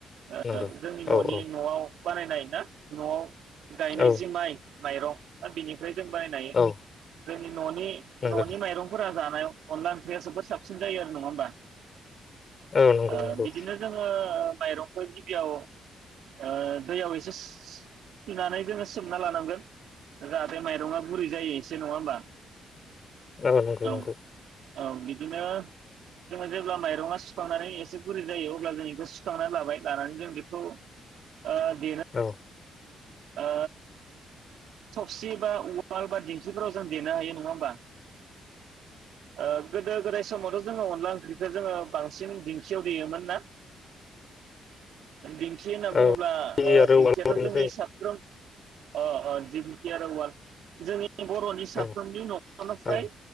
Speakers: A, on the right; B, on the left.
A: ओ
B: नंगौ
A: जोंनि न'नि
B: औ औ
A: न'आव बानायनाय ना न'आव गायनाय
B: औ
A: जि माइ माइरं दा बिनि फ्राय जों बायनाय
B: औ
A: जोंनि न'नि
B: नंगौ
A: न'नि माइरंफोरा जानायाव अनला ओंख्रिया जोबोद साबसिन जायो आरो नंङा होमबा?
B: औ नंगौ
A: ओ
B: नंगौ
A: बिदिनो जोंङो माइरंखौ गिबियाव ओ दैयाव एसे सु-सुनानै जोंङो सोमना लानांगोन जाहाथे माइरंङा गुरै जायो। एसे नंङा होमबा?
B: ओ नंगौ
A: औ
B: नंगौ।
A: औ बिदिनो जोंङो जेब्ला माइरंआ सुखांनानै एसे गुरै जायो अब्ला जों इखो सुखांनानै लाबाय लानानै जों बेखौ ओ देना
B: औ
A: ओ थबसि बा उवाल बा दिंखिफोराव जों देनो हायो नङा होमबा? ओ गोदो गोदाय समावथ जोंङो अनला <unintelligible> जोंङो बांसिन दिंखियाव देयोमोन ना दिंखि होनना बुंङो
B: औ
A: ब्ला ओ
B: आरो
A: दिंखिथियाथ
B: उवालाव देनाय
A: जोंनि साब <unintelligible> ओ ओ दिंखि आरो उवाल जोंनि बर'नि
B: जायोमोन
A: साफ्रोमनि नखरनिफ्राय
B: औ